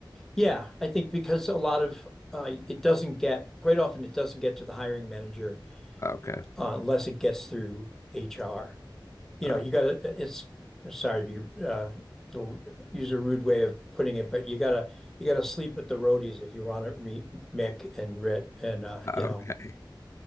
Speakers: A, in the centre; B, on the left (about 35°).
A: Yeah, I think because a lot of uh, it doesn't get, quite often it doesn't get to the hiring manager
B: okay,
A: uh, unless it gets through HR. you
B: oh,
A: know, you gotta, it's, sorry to be, uh, little- use a rude way of putting it, but you gotta, you gotta sleep at the roadies if you want to meet Mick and Rit and, uh,
B: <laughs> okay.
A: you know.